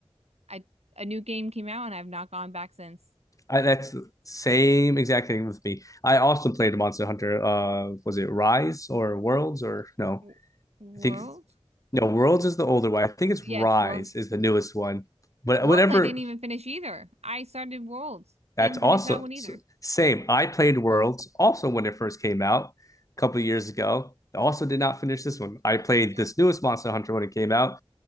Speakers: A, on the right; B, on the left.
A: I a new game came out and I've not gone back since.
B: I, that's the same exact thing with me. I also played Monster Hunter. Uh, was it Rise or Worlds or no?
A: W World?
B: I think no. Worlds is the older one. I think it's
A: Yes,
B: Rise
A: Worlds.
B: is the newest one. But
A: Worlds
B: whatever,
A: I didn't even finish either. I started Worlds. Didn't
B: that's also
A: finish that one either.
B: s- same. I played Worlds also when it first came out a couple of years ago. Also did not finish this one. I played
A: So
B: this newest Monster Hunter when it came out.